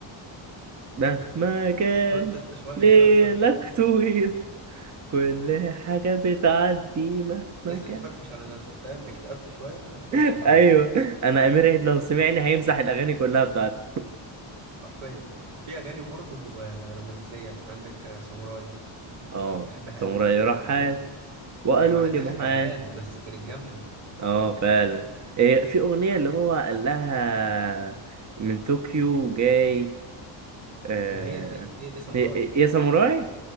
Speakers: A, on the right; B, on the right.
A: مهما كان
B: لو انت انت شوية
A: ليلك
B: كده وشوية كده
A: طويل كل حاجة بتعدي مهما
B: لازم
A: كان
B: تفرفش على نفسك فاهم اكتئبت شويه
A: <laughs>
B: خش هيص
A: أيوه أنا أمير عيد لو سمعني هيمسح الأغاني كلها بتاعته
B: حرفيا وفي اغاني برضه آه، رومانسيه عندك آه، ساموراي
A: اه
B: بحبها
A: تمري
B: قوي
A: رحال
B: بجد
A: وقالوا
B: هي مع انها
A: لي محال
B: اعلان بس كانت جامده
A: اه فعلا إيه في أغنية اللي هو قال لها من طوكيو جاي آه
B: ما هي دي هي دي ساموراي
A: يا يا ساموراي